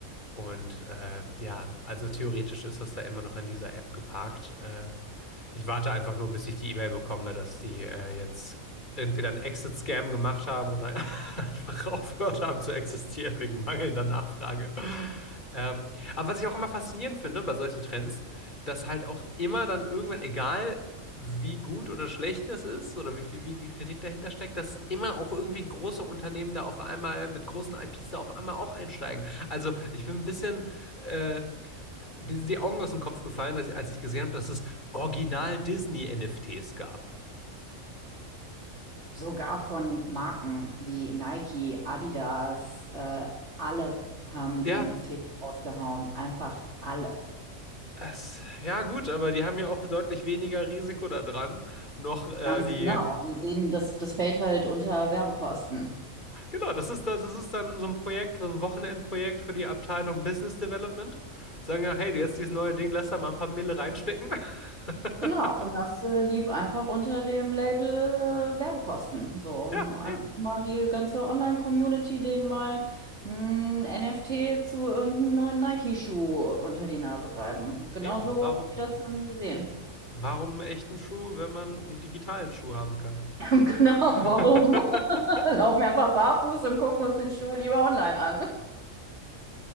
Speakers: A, on the left; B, on the right.
A: Und äh, ja, also theoretisch ist das da immer noch in dieser App geparkt. Äh, ich warte einfach nur, bis ich die E-Mail bekomme, dass die äh, jetzt entweder einen Exit-Scam gemacht haben oder <laughs> einfach aufgehört haben zu existieren wegen mangelnder Nachfrage. Ähm, aber was ich auch immer faszinierend finde bei solchen Trends, dass halt auch immer dann irgendwann, egal wie gut oder schlecht das ist oder wie viel wie viel Kritik dahinter steckt, dass immer auch irgendwie große Unternehmen da auf einmal mit großen IPs da auf einmal auch einsteigen. Also ich bin ein bisschen, äh, mir sind die Augen aus dem Kopf gefallen, dass, als ich gesehen habe, dass es Original Disney-NFTs gab.
B: Sogar von Marken wie Nike, Adidas, äh, alle haben
A: Ja.
B: NFTs rausgehauen. Einfach alle.
A: Es, ja gut, aber die haben ja auch deutlich weniger Risiko da dran, noch äh,
B: Ganz
A: die
B: genau. Die sehen, das, das fällt halt unter Werbekosten.
A: Genau, das ist, das ist dann so ein Projekt, so ein Wochenendprojekt für die Abteilung Business Development. Sagen ja, hey, jetzt dieses neue Ding, lass da mal ein paar Mille reinstecken. <laughs>
B: Genau, und das äh, lief einfach unter dem Label äh, Werbekosten. So, um
A: Ja,
B: einfach
A: eben.
B: mal die ganze Online-Community denen mal ein NFT zu irgendeinem neuen Nike-Schuh unter die Nase reiben. Genauso
A: Eben. Warum,
B: haben die das dann gesehen.
A: warum einen echten Schuh, wenn man einen digitalen Schuh haben kann?
B: <laughs>
A: <laughs>
B: Genau, warum? <laughs> Laufen wir einfach barfuß und gucken uns den Schuh lieber online an.